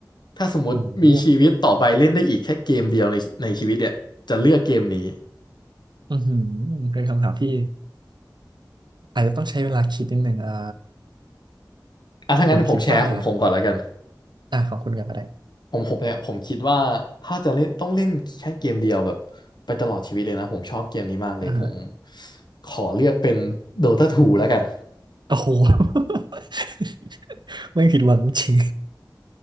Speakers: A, on the left; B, on the right.
A: ถ้าสมมติมีชีวิตต่อไปเล่นได้อีกแค่เกมเดียวในในชีวิตเนี่ยจะเลือกเกมนี้
B: โอ้โหอือหือเป็นคำถามที่อาจจะต้องใช้เวลาคิดนิดหนึ่งอ่า
A: อ่ะถ้างั้นผมแชร์ของผมก่อนแล้วกัน
B: ผมคิดว่าอ่าขอบคุณกันก็ได้
A: ผมผมเนี่ยผมคิดว่าถ้าจะเล่นต้องเล่นแค่เกมเดียวแบบไปตลอดชีวิตเลยนะผมชอบเกมนี้มากเลยผม
B: อ่าฮะ
A: ขอเลือกเป็น Dota 2แล้วกัน
B: โอ้โห <laughs> ไม่ผิดหวังจริง